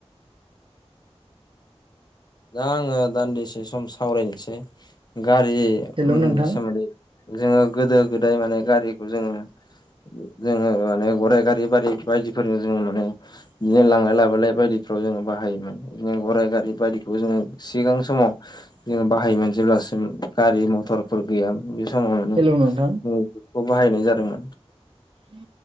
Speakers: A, on the left; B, on the right.
A: दा आङो दान्दिसे सम सावरायनोसै गारिनि
B: हेलौ नोंथां
A: सोमोन्दै जोङो गोदो गोदाय माने गारिखौ जोङो जोङो माने गराइ गारि बारि बायदिफोरजों जोङो माने बिदिनो लांलाय लाबोलाय बायदिफ्राव जोङो बाहायोमोन बिदिनो गराइ गारि बायदि बे जोङो सिगां समाव जोङो बाहायोमोन जेब्लासिम गारि मथरफोर गैयामोन बे समाव मानेखौ
B: हेलौ नोंथां
A: बाहायनाय जादोंमोन
B: ह